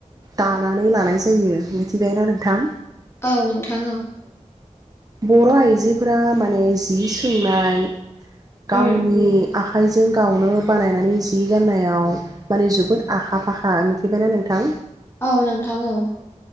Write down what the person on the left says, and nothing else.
औ नोंथां औ
उम उम
औ नोंथां औ